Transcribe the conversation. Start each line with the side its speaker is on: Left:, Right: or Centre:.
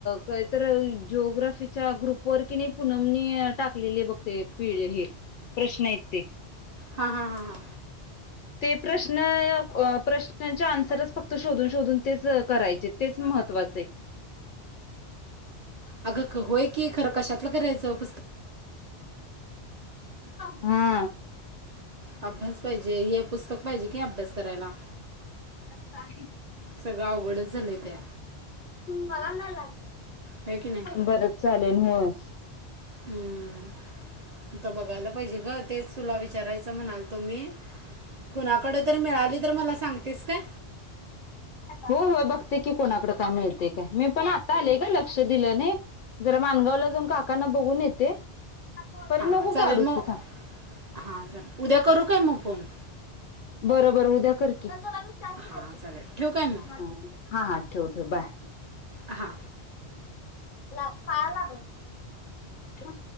Left: कायतर जिओग्राफीच्या ग्रुप वर कि नई पुनमनी टाकलेली आहे बघते पिढ हे प्रश्न येत ते
Right: हा हा हा हा
Left: ते प्रश्न प्रश्नाच्या आन्सरच फक्त शोधून शोधून तेच करायचे तेच महत्त्वाचय
Right: अगं होय, की खरं कशात <unintelligible>
Left: हा
Right: अभ्यास पाहिजे, हे पुस्तक पाहिजे की अभ्यास करायला.
Left: साहित.
Right: सगळं अवघडच झालंय त्या
Left: मला नाही
Right: होय की नाही
Left: बरं चालेल हं
Right: हम्म आता बघायला पाहिजे तेच तुला विचाराय असं म्हणाल तो मी कुणा कड तरी मिळाली तर मला सांग दिसतयं
Left: हो हो बघते की कोणाकडे काय मिळते काय मी पण आता आलेय का लक्ष दिलं नाही जरा मानगावला जाऊन काकांना बघून येते पर
Right: हा
Left: नको
Right: चालेल
Left: काढूच
Right: मग
Left: ते थांब
Right: हा चालेल उद्या करू काय मग फोन?
Left: बर बर उद्या कर की चल तुला मी चान्स देतो
Right: हां चालेल ठेवू काय मग
Left: हा ठेव ठेव बाय
Right: हां
Left: ला पायाला लागल